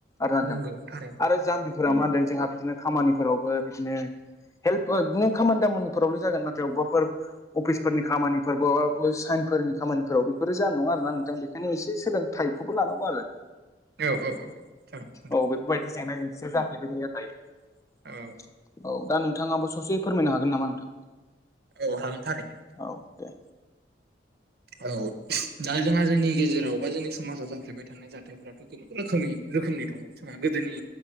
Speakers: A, on the left (about 15°); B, on the right (about 60°).
A: आरो ना नोंथां
B: नंगौ थारैनो
A: आरो जाम्बिफोरा मा होनदों जोंहा बिदिनो खामानिफोरावबो बिदिनो हेल्प ओ बिदिनो खामानि दामानिफोरावल' जागोन नाथाय बबावबाफोर अफिसफोरनि खामानिफोरबाबो साइन फोरनि खामानिफोराव बेफोरो जानाय नङा आरोना नोंथां बेनिखायनो एसे सोलोंथाइखौबो लानांगौ आरो
B: औ औ औ जागोन नोंथां
A: औ बेफोरबायदि जेंना जेंसिआ जाफ्लेबाय थायो आरो दायो।
B: औ
A: औ दा नोंथाङाबो ससे फोरमायनो हागोन नामा नोंथां।
B: औ हागोन थारैनो
A: औ दे
B: औ दा जोंहा जोंनि गेजेराव बा जोंनि समाजाव जाफ्लेबाय थानाय जाथायफोराथ' गोबां रोखोमै रोखोमनि दङ जोंहा गोदोनि